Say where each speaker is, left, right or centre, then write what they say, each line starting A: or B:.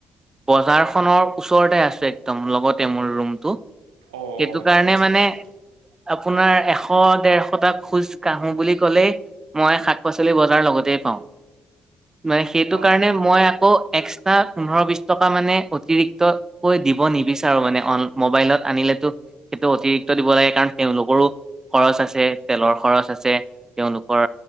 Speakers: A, on the right; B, on the right.
A: বজাৰখনৰ ওচৰতে আছোঁ, একদম লগতে মোৰ ৰুমটো
B: অ
A: সেইটো
B: আচ্ছা
A: কাৰণে
B: আচ্ছা
A: মানে
B: আচ্ছা
A: আপোনাৰ এশ, দেৰ কটা খোজ কাঢ়োঁ বুলি ক'লেই মই শাক পাচলি বজাৰ লগতে পাওঁ। মানে সেইটোকাৰণে
B: হয় হয়
A: মই
B: হয়
A: আকৌ এক্স এটা পোন্ধৰ বিচ টকা মানে অতিৰিক্তকৈ দিব নিবিচাৰোঁ মানে অন মোবাইলত আনিলেতো সেইটো অতিৰিক্ত দিব লাগে কাৰণ, তেওঁলোকৰো খৰচ আছে, তেলৰ খৰচ আছে তেওঁলোকৰ